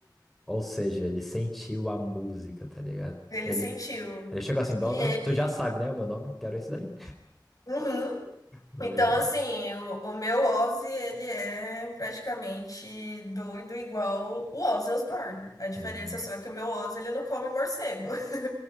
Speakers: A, in the centre; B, on the left.
A: ou seja, ele sentiu a música, tá ligado?
B: Ele
A: Ele,
B: sentiu.
A: ele chegou assim, dona,
B: E ele.
A: tu já sabe, né, o meu nome? Quero isso daí.
B: Uhum.
A: Legal.
B: Então, assim, o, o meu Ozzy, ele é praticamente doido igual o Ozzy Osbourne. A diferença
A: Hum,
B: só é que o meu Ozzy, ele não come morcego. <laughs>